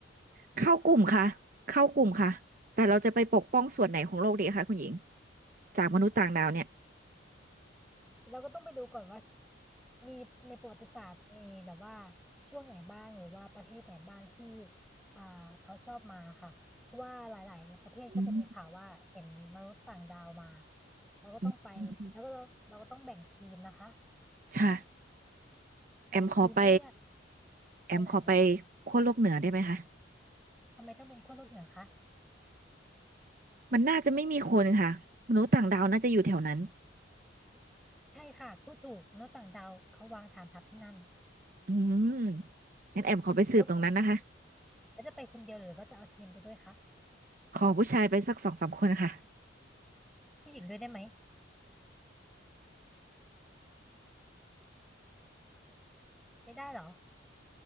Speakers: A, on the right (about 45°); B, in the centre.
A: เข้ากลุ่มค่ะเข้ากลุ่มค่ะ
B: คะ
A: แต่เราจะไปปกป้องส่วนไหนของโลกดีคะคุณหญิงจากมนุษย์ต่างดาวเนี่ย
B: เราก็ต้องไปดูก่อนว่ามีในประวัติศาสตร์มีแบบว่าช่วงไหนบ้างหรือว่าประเทศไหนบ้างที่อ่าเขาชอบมาค่ะเพราะว่าหลายๆประเทศก็จะมีข่าวว่าเห็นมนุษย์ต่างดาวมา
A: อืม
B: เราก็ต้องไปแล้วก็เราเราก็ต้องแบ่งทีมนะคะ
A: อืมอืมค่ะ
B: แบ่งทีมเพื่อที่จะ
A: แอมขอไปแอมขอไป
B: ไปไหน
A: ขั้วโลกเหนือได้ไหมคะ
B: ทำไมต้องเป็นขั้วโลกเหนือคะ
A: มันน่าจะไม่มีคนค่ะมนุษย์ต่างดาวน่าจะอยู่แถวนั้น
B: ใช่ค่ะพูดถูกมนุษย์ต่างดาวเขาวางฐานทัพที่นั่น
A: อืมงั้นแอมขอไปสืบตรงนั้นนะคะ
B: แล้วคุณอ่ะแล้วจะไปคนเดียวหรือว่าจะเอาทีมไปด้วยคะ
A: ขอผู้ชายไปสักสองสามคนค่ะ
B: ผู้หญิงด้วยได้ไหมไม่ได้เหรอ